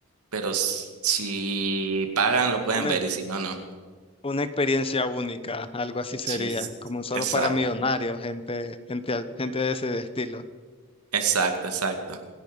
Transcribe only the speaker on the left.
Una,
una experiencia única, algo así sería,
como solo
para millonarios, gente, gente, gente de ese estilo.